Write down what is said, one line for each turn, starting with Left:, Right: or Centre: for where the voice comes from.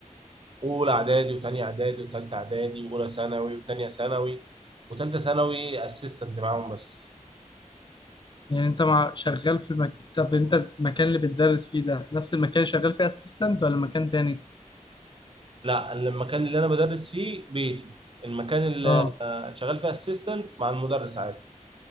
Right: أولى إعدادي وتانية إعدادي وتالتة إعدادي وأولى ثانوي وتانية ثانوي وتالتة ثانوي أسيستنت معاهم بس
Left: يعني انت مع شغال في المكتب انت المكان اللي بتدرس فيه ده نفس المكان اللي شغال فيه اسيستنت ولا مكان تاني
Right: لا المكان اللي أنا بدرس فيه بيتي المكان اللي
Left: اه
Right: آه، شغال فيه أسيستنت مع المدرس عادي